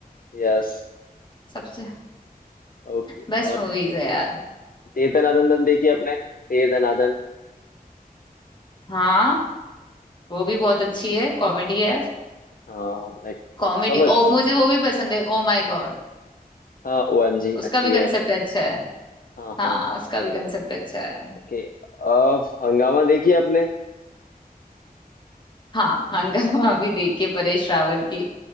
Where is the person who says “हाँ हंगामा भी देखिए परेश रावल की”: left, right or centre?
Left